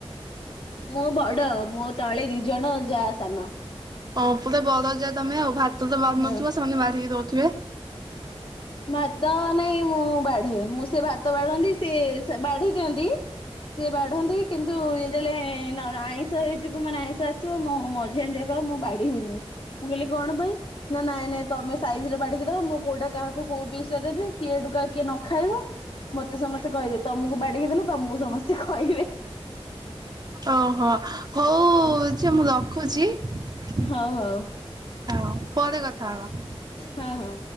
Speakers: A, on the left; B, on the right.
A: ମୁଁ ବଡ ମୋ ତଳେ ଦିଜଣ ଯାହା ସାନ।
B: ହଁ ପୁରା ବଦ ଯାଏ ତମେ ଆଉ ଭାତ ତ ବ
A: ହଁ
B: ନଥିବ ସେମାନେ ବାହାରିକି ଦଉଥିବେ।
A: ଭାତ ନାଇଁ ମୁଁ ବାଢେ ମୁଁ ସେ ଭାତ ବାଢନ୍ତି ସେ ବାଢେଇ ଦିଅନ୍ତି। ସେ ବାଢନ୍ତି କିନ୍ତୁ ଯେତେବେଳେ ଆଇଁଷ ହେଇଥିବ ମାନେ ଆଇଁଷ ଆସିବ ମୁଁ ମଜା ଅ ଜାଗ <unintelligible> ମୁଁ ବାଡିବିନି। ମୁଁ କହିଲି କଣ ପାଇଁ? ନା ନାଇଁ ନାଇଁ ତମେ ସାଇଜ ରେ ବାଡିକି ମୁଁ କୋଉଟା କାହା ତୁ କୋଉ ବିିଷୟରେ ବି କିଏ ସେଠୁ କାଳେ ନ ଖାଇବ। ମତେ ସମସ୍ତେ କହିବେ ତମକୁ ବାଡି ହେଇଦେଲେ ତମକୁ ସମସ୍ତେ କହିବେ।
B: ଓହୋ ହଉ ସେ ମୁଁ ରଖୁଛି <unintelligible>
A: ହଉ ହଉ
B: ହଉ ପରେ କଥା ହବା।
A: ହଁ ହଁ।